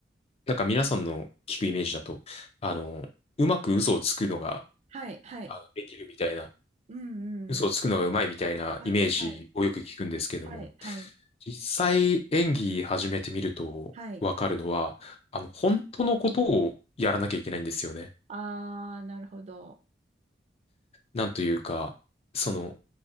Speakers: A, on the left; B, on the right.
A: なんか皆さんの聞くイメージだと、あの、うまく嘘をつくのが、
B: はい、はい、
A: あの、できるみたいな、
B: うん、
A: 嘘をつくのがうまいみたいなイメージをよく聞くんですけれども、
B: うん、うん、はい、はい、はい、はい、
A: 実際演技始めてみるとわかるのは、
B: はい、
A: あの、本当のことをやらなきゃいけないんですよね。
B: あー、なるほど。
A: なんというか、その、